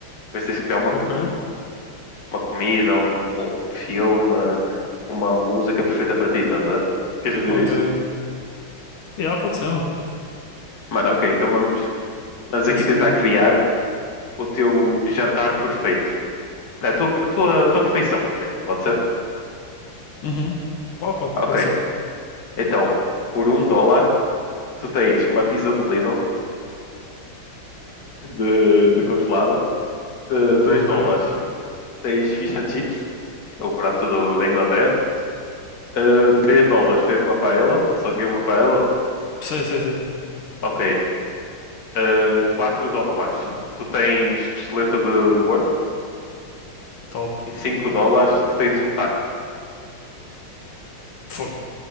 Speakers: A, on the left; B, on the left.
A: Depois tens de criar uma,
B: Ok,
A: co- um- uma comida, um, um filme, uma música perfeita para ti, estás a ver? Queres fazer
B: ok.
A: isso?
B: Yeah, pode ser, mano.
A: Mano, ok, então vamos, vamos
B: Parece-me
A: aqui tentar
B: bem.
A: criar. o teu jantar perfeito. É, A tua, a tua, a tua refeição perfeita, pode ser?
B: Uhum. Pá, pá, pode
A: Ok.
B: ser.
A: Então, por um dólar, tu tens uma pizza do Lidl, de, de congelada. Uh, dois
B: Ok.
A: dólares, tens fish and chips, o prato do- da Inglaterra. Uh, três dólares, tens uma paella. Sabes o que é uma paella?
B: Sei, sei, sei.
A: Ok. Uh, quatro dólares, tu tens costeleta de porco.
B: Top.
A: E cinco dólares, tu tens um taco.
B: Fogo.